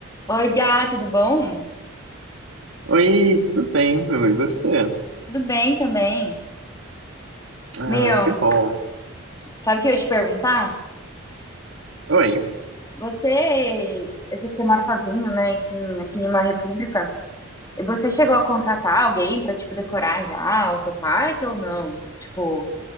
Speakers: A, on the left; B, on the right.
A: Oi, Gá, tudo bom?
B: Oi, tudo bem, meu E você?
A: Tudo bem também.
B: Ah,
A: Meu,
B: que bom.
A: sabe o que eu ia te perguntar?
B: Oi,
A: Você, eu sei que você mora sozinho, né? Enfim, aqui em uma república. Você chegou a contratar alguém pra, tipo, decorar já o seu quarto ou não? Tipo,